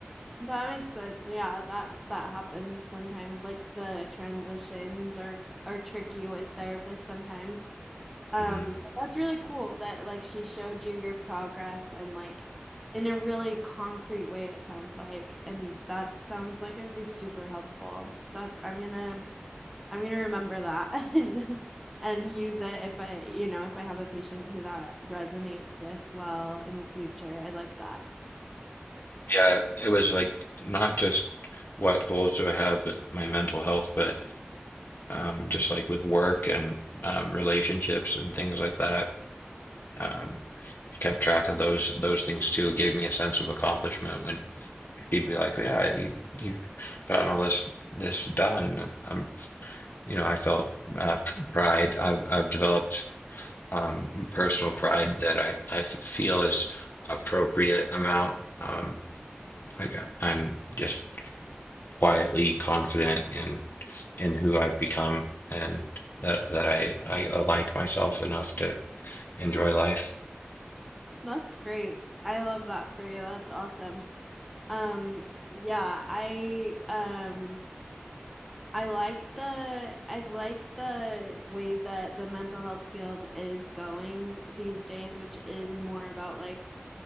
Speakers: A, in the centre; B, on the left (about 55°).
A: That makes sense. Yeah, that that happens sometimes. Like the transitions are are tricky with therapists sometimes. Um,
B: hmm
A: but that's really cool that like she showed you your progress and like in a really concrete way it sounds like and that sounds like it would be super helpful. That I'm gonna I'm gonna remember that <laughs> and and use it if I, you know, if I have a patient who that resonates with well in the future. I like that.
B: Yeah, it was like not just what goals do I have with my mental health, but. um, just like with work and um, relationships and things like that. Um, kept track of those those things too. It gave me a sense of accomplishment when he'd be like, "Yeah, you you've gotten all this this done." Um, you know, I felt uh, p- pride. I've I've developed um, personal pride that I I f- feel is appropriate amount. Um, I got, I'm just quietly confident in. in who I've become and that that I I like myself enough to enjoy life.
A: That's great. I love that for you. That's awesome. Um, yeah, I um I like the I like the way that the mental health field is going these days, which is more about like